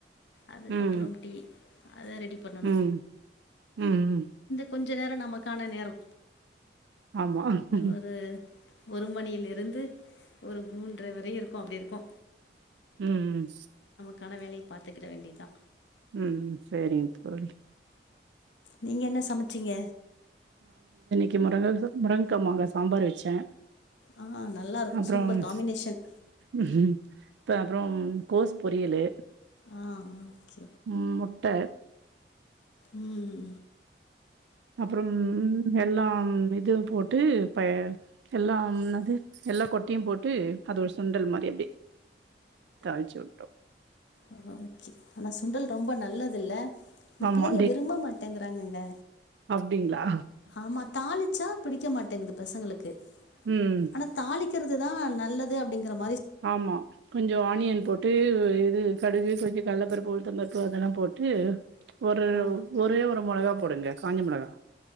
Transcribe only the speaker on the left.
அதுக்கப்புறோம்
டீ அத ரெடி பண்ணனு
கொஞ்சோ நேரோ நமக்கான நேரம்
ஒரு ஒரு மணியில இருந்து ஒரு மூன்றைவரைய் இருக்கோ அப்டி இருக்கோ
க்கான வேலைய பாத்துக்கிட வேண்டிய தா
நீங்க என்ன சமச்சீங்க
ஆ நல்லாயிருக்கும்
சூப்பர்
காம்பினேஷன்
ஆ ஓகே
உம்
ஆஹ ஆனா சுண்டல் ரொம்ப நல்லதுல்ல இந்த
பிள்ளைங்க விரும்ப மாட்டேங்கிறாங்கங்க
ஆமா தாளிச்சா பிடிக்க மாட் எங்க பசங்களுக்கு க்
ஆனா தாளிக் க்கிறது தா நல்லது அப்படிங்கறோம்
ஆ